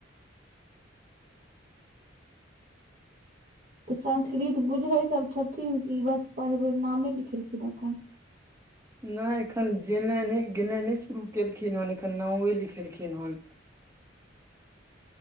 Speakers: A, on the right; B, on the right.
A: त संस्कृत बुझै सभ छथिन कि बस पढ़बै नामे लिखेलखिन एखन
B: नहि एखन जेनाइ नहि गेनाए नहि शुरू केलखिन हन एखन नामे लिखेलखिन हन